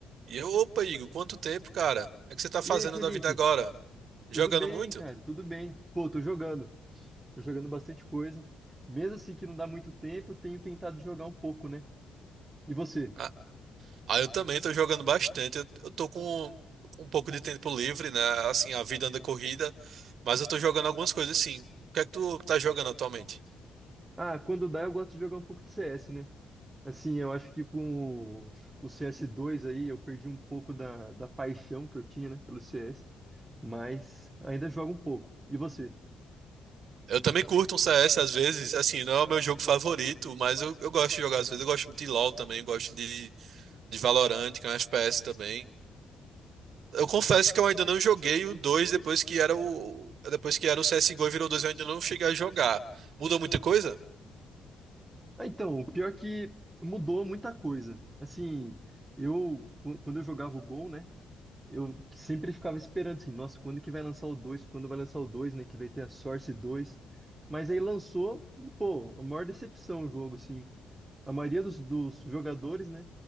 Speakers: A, on the right; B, on the right.
A: E eu, opa, Igor, quanto tempo, cara? É que você tá fazendo
B: E aí, Felipe?
A: da vida agora? Jogando
B: Tudo bem,
A: muito?
B: cara? Tudo bem. Pô, tô jogando. Tô jogando bastante coisa. Mesmo assim que não dá muito tempo, eu tenho tentado jogar um pouco, né? E você?
A: Ah, ah, eu também tô jogando bastante. Eu, eu tô com um pouco de tempo livre, né? Assim, a vida anda corrida, mas eu tô jogando algumas coisas sim. O que é que tu tá jogando atualmente?
B: Ah, quando dá, eu gosto de jogar um pouco de CS, né? Assim, eu acho que com o o cs dois aí, eu perdi um pouco da, da paixão que eu tinha, né, pelo CS. Mas ainda jogo um pouco. E você?
A: Eu também curto um CS às vezes, assim, não é o meu jogo favorito, mas eu, eu gosto de jogar às vezes. Eu gosto muito de LoL também, gosto de, de Valorant, que é um FPS também. Eu confesso que eu ainda não joguei o dois depois que era o depois que era o CS:GO e virou dois eu ainda não cheguei a jogar. Mudou muita coisa?
B: Ah, então, o pior é que mudou muita coisa. Assim, eu, qu- quando eu jogava o Gol, né? Eu sempre ficava esperando assim, nossa, quando que vai lançar o dois Quando vai lançar o dois né? Que vai ter a Source dois Mas aí lançou e, pô, a maior decepção o jogo, assim. A maioria dos, dos jogadores, né?